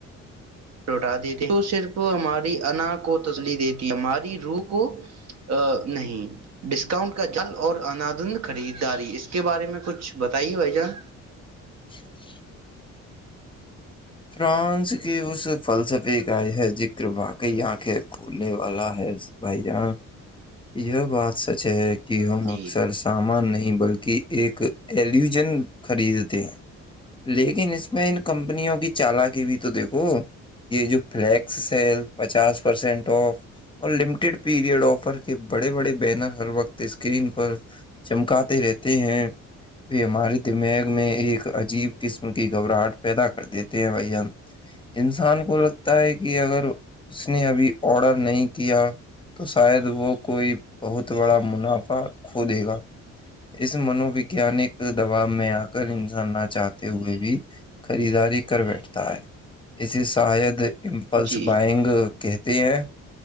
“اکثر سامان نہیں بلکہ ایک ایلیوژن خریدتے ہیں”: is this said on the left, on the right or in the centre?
Left